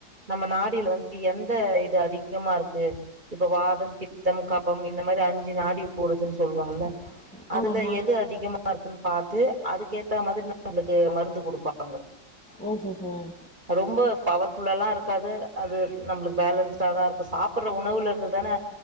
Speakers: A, on the right; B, in the centre.
A: நம்ம நாட் வந்து எந்த இது அதிகமா இருக்கு இப்ப வாதம் பித்தம் கபம் இந்த மாதிரி அஞ்சு நாடி கூடுதுன்னு சொல்லுவாங்க
B: சொல்லுவாங்க
A: அதுல எது அதிகமா இருக்குன்னு பார்த்து அதுக்கு ஏத்த மாதிரி நம் அவங்களுக்கு மருந்து குடுப்பாங்க
B: ஓ ஹோ ஹோம்
A: ரொம்ப பவர்ஃபுல்லல்லா இருக்காது அது நம்மளுக்கு பேலன்ஸ்டா தா இருக்கு சாப்பிடுற உணவுல இருந்து தானே